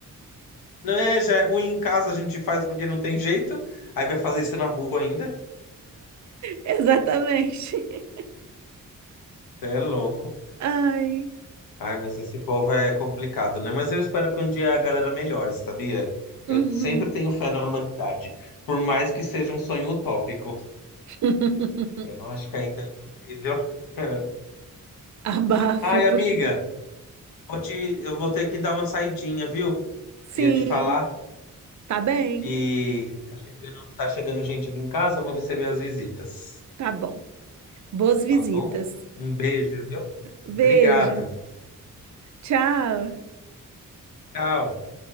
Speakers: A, on the left (about 85°); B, on the right (about 55°).
A: Não é, já é ruim em casa, a gente faz porque não tem jeito. Aí vai fazer isso na rua ainda.
B: <laughs> Exatamente.
A: É louco.
B: Ai.
A: Ai, mas esse povo é complicado, né? Mas eu espero que um dia a galera melhore, sabia?
B: Uhum.
A: Eu sempre tenho fé na humanidade, por mais que seja um sonho utópico.
B: <laughs>
A: Eu acho que ainda é possível. <laughs>
B: Abafa,
A: Ai, amiga,
B: porque.
A: vou te- eu vou ter que dar uma saidinha, viu?
B: Sim,
A: Ia te falar
B: tá bem,
A: que tá chegando, tá chegando gente aqui em casa, eu vou receber as visitas,
B: tá bom. Boas visitas.
A: tá bom? Um beijo, viu?
B: Beijo.
A: Obrigado.
B: Tchau.
A: tchau